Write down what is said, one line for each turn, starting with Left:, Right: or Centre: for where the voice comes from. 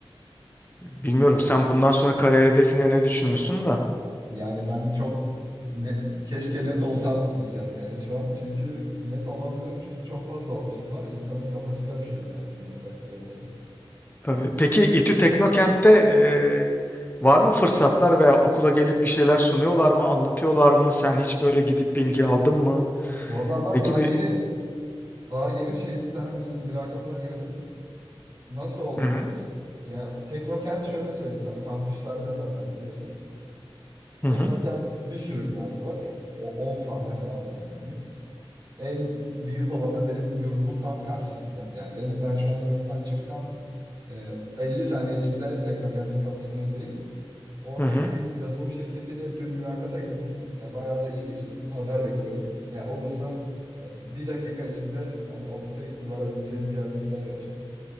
Left: Bilmiyorum sen bundan sonra kariyer hedefine ne düşünüyorsun da.
Right: Yani ben çok ne- keşke net olsam diyeceğim yani şu an. Çünkü net olamıyorum. Çünkü çok fazla opsiyon var. İnsanın kafası karışıyor yani sen de takdir edersin.
Left: Tabii.
Right: E,
Left: Peki İTÜ Teknokent'te eee, var mı fırsatlar veya okula gelip bir şeyler sunuyorlar mı, anlatıyorlar mı? Sen hiç böyle gidip bilgi aldın mı?
Right: vallahi var
Left: Ne gibi?
Right: daha yeni daha yeni şey bir tane mül- mülakatına girdim. Nasıl oldu
Left: Hı hı.
Right: biliyor musun? Ya Teknokent şöyle söyleyeyim sana. Kampüslerde zaten biliyorsun.
Left: Hı
Right: Teknokent
Left: hı.
Right: bir sürü binası var. O 10 tane falan var yani. En büyük olanı benim yurdumun tam karşısında. Yani benim, ben şu an yurttan çıksam e, 50 saniye içinde Teknokent'in kapısının önündeyim. Oradaki
Left: Hı hı.
Right: bir yazılım şirketiyle dün mülakata girdim. Ya bayağı da iyi geçti. Haber bekliyorum. Ya olursa e, bir dakika içinde hani ofise varabileceğim bir yerde staj yapacağım.